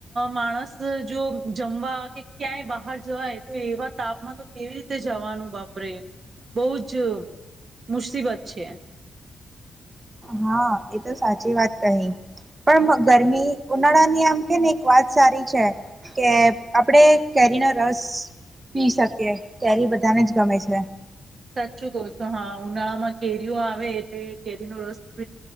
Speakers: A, on the right; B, on the right.
A: માણસ જો જમવા કે ક્યાંય બહાર જવાય તો એવા તાપમાં તો કેવી રીતે જવાનું બાપરે બઉ જ મુસીબત છે.
B: હા એ તો સાચી વાત કહી પણ ગરમી ઉનાળા ની આમ કેને એક વાત સારી છે કે આપણેે કેરીનો રસ પી શકીએ કેરી બધાને જ ગમે છે.
A: સાચું કહ છો હા ઉનાળામાં કેરીઓ આવે એટલે કેરીનો રસ પ